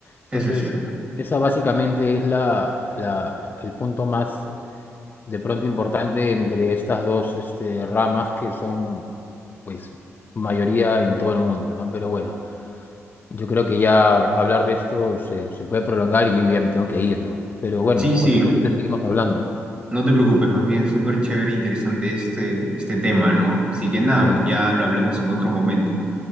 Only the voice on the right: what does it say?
eso es cierto.
Sí, sí,
no te preocupes, más bien súper chévere e interesante este, este tema, ¿no? Así que nada,
pues ya lo hablamos en otro momento.